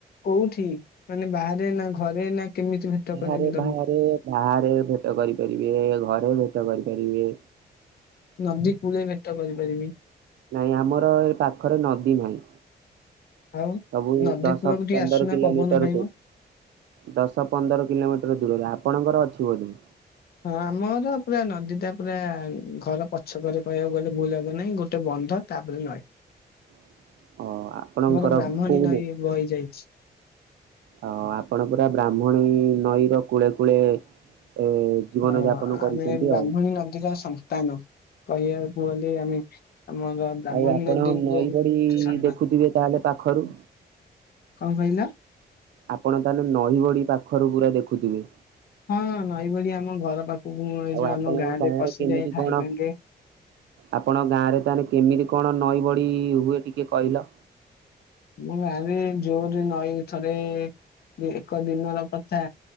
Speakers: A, on the left (about 60°); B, on the right (about 85°).
A: କୋଉଠି ମାନେ ବାହାରେ ନା ଘରେ ନା କେମିତି ଭେଟ
B: ବାହାରେ
A: କରିବି ତମକୁ
B: ବାହାରେ ବାହାରେ ଭେଟ କରିପାରିବେ। ଘରେ ଭେଟ ଟ କରି ପାରିବେ।
A: ନଦୀ କୂଳେ ଭେଟ କରିପରିବେ।
B: ନାଇଁ ଆମର ଏ ପାଖରେ ନଦୀ ନାହିଁ।
A: ଆଉ
B: ସବୁ
A: ନଦୀ
B: ଦଶ
A: କୂଳକୁ ଟିକେ
B: ପନ୍ଦର
A: ଆସୁନା
B: କିଲୋମିଟର
A: ପବନ ଖାଇବ
B: ଦୁ ଦଶ ପନ୍ଦର କିଲୋମିଟର ଦୂରରେ ଆପଣଙ୍କର ଅଛି ବୋଧେ?
A: ହଁ ଆମର ପୁରା ନଦୀ ଟା ପୁରା ଘର ପଛକରେ କହିବାକୁ ଗଲେ ଭୁଲ ହବ ନାହିଁ ଗୋଟେ ବଟ ବନ୍ଧ ତାପରେ ନଇ।
B: <inaudible> ଓ ଆପଣଙ୍କର
A: ଆମର ବ୍ରାହ୍ମଣୀ
B: କୋ
A: ନଈ ବହି ଯାଇଛି।
B: ହ ଆପଣ ପୁରା ବ୍ରାହ୍ମଣୀ ନଈ ର କୂଳେ କୂଳେ ଏ ଜୀବନ
A: ହଁ
B: ଯାପନ କରୁଛନ୍ତି
A: ଆମେ
B: ଆଉ।
A: ବାହ୍ମଣୀ ନଦୀର ସନ୍ତାନ କହିବାକୁ ଗଲେ ଆମେ ଆମର ବ୍ରାହ୍ମଣୀ
B: ଆଉ ଆପଣ
A: ନଦୀଙ୍କୁ
B: ନଈ ବଡି
A: ସମ୍ମାନ
B: ଦେଖୁଥିବେ ତାହେଲେ ପାଖରୁ।
A: କଣ କହିଲ?
B: ଆପଣ ତାନେ ନହି ବ଼ଢି ପାଖରୁ ପୁରା ଦେଖୁଥିବେ।
A: ହଁ ନଈବଳି ଆମ ଘର ପାଖକୁ ଏ
B: ଆଉ
A: ଯୋଉ
B: ଆପଣଙ୍କ
A: ଆମ ଗାଁ
B: ଗାଁରେ
A: ରେ ପଶିଯାଏ
B: କେମିତି କଣ
A: ଘାଇ ଭାଙ୍ଗେ।
B: ଆପଣଙ୍କ ଗାଁ ରେ ତାହେଲେ କେମିତି କଣ ନଈ ବଡି ହୁଏ ଟିକେ କହିଲ?
A: ମୁଁ ଗାଁରେ ଜୋରେ ନଈକୁ ଥରେ ଏକ ଦିନର କଥା